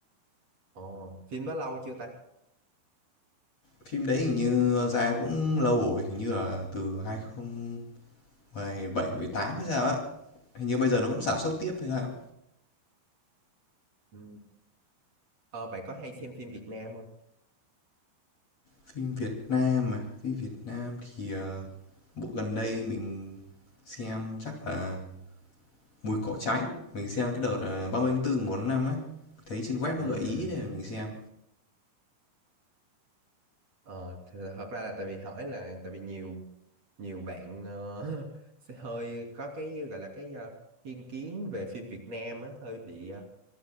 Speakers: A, on the right; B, on the left.
A: Ồ, phim đó lâu chưa ta?
B: Phim đấy hình như ra cũng lâu rồi, hình như là từ hai không một bảy mười tám hay sao á. Hình như bây giờ nó vẫn sản xuất tiếp hay sao.
A: Ừ. Ờ, bạn có hay xem phim Việt Nam không?
B: Phim Việt Nam mà Phim Việt Nam thì, ờ, bộ gần đây mình xem chắc là "Mùi cỏ cháy", mình xem cái đợt, uh, ba ờ, 30/4 1 năm á, thấy trên web
A: Ừ.
B: nó gợi ý để mình xem.
A: Ờ, th- thật ra là tại vì hỏi là tại vì nhiều nhiều bạn ờ, <laughs> sẽ hơi có cái gọi là cái ờ, thiên kiến về phim Việt Nam á hơi bị ờ,